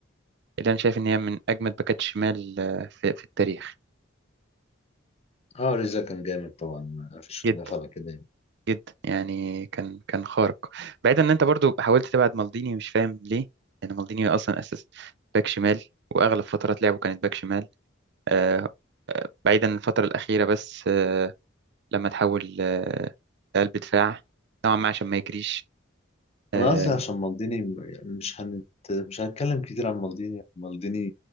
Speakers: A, on the right; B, on the left.
A: اللي أنا شايف إن هي من أجمد باكات شمال آه، في في التاريخ
B: اه ريزا كان جامد طبعا مفيش
A: جدا.
B: خلاف على كده يعني
A: جدا يعني كان كان خارق بعيدا ان انت برضو حاولت تبعد مالديني مش فاهم ليه لان مالديني اصلا اساس باك شمال واغلب فترات لعبه كانت باك شمال آه، آه، بعيدا عن الفتره الاخيره بس آه، لما تحول آه، لقلب دفاع نوعا ما عشان ما يجريش آه،
B: أنا قصدي عشان مالديني يعني مش هنت... مش هنتكلم كتير عن مالديني مالديني